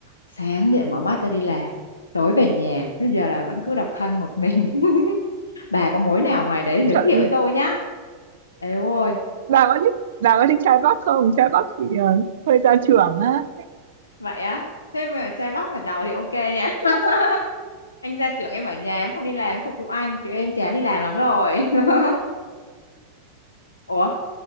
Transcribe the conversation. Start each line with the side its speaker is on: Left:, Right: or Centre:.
Left: sáng dậy mở mắt ra đi làm tối về nhà bây giờ là vẫn cứ độc thân một mình <laughs> bà có mối nào ngoài đấy
Right: trận
Left: giới thiệu với tôi nhá ê ôi
Right: bà có thích bà có thích trai Bắc không trai Bắc thì ờ, hơi gia trưởng á
Left: vậy á thế mà trai Bắc mà giàu thì ok nhá <laughs> anh gia trưởng em ở nhà em không đi làm em phục vụ anh chứ em chán đi làm lắm rồi <laughs> ủa